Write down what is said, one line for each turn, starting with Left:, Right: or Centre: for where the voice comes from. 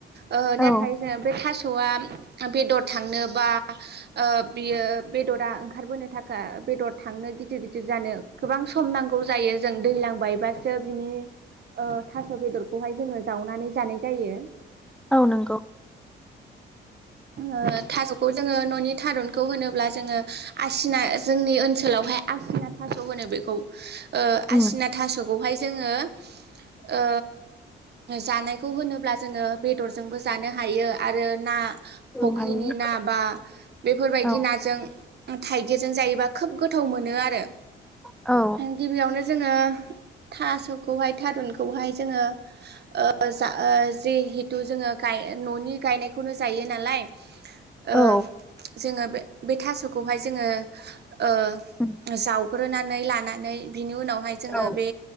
Right: ओ
Centre: औ
Right: नाथाय जोंहा बे थास स'आ बेदर थांनो बा ओ बियो बेदरा ओंखारबोनो थाखाय बेदर थांनो गिदिर गिदिर जानो गोबां सम नांगौ जायो जों दैलां बायबासो बिनि ओ थास' बेदरखौहाय जोङो जावनानै जानाय जायो।
Centre: औ नंगौ।
Right: ओ थास'खौ जोङो न'नि थारुनखौ होनोब्ला जोङो आसिना जोंनि ओनसोलावहाय आसिना थास' होनो बेखौ ओ
Centre: उम
Right: आसिना थास'खौहाय जोङो ओ जानायखौ होनोब्ला जोङो बेदरजोंबो जानो हायो आरो ना
Centre: औ
Right: फख्रिनि
Centre: हायो
Right: ना बा बेफोरबायदि
Centre: औ
Right: नाजों थाइगिरजों जायोबा खोब गोथाव मोनो आरो
Centre: औ
Right: गिबियावनो जोङो थास'खौहाय थारुनखौहाय जोङो ओ जा जिहेतु जोङो गाय न'नि गायनायखौनो जायो नालाय ओ
Centre: औ
Right: जोङो बे बे थास'खौहाय जोङो ओ
Centre: औ
Right: जाव- ग्रोनानै लानानै बिनि उनावहाय जोङो
Centre: औ
Right: बे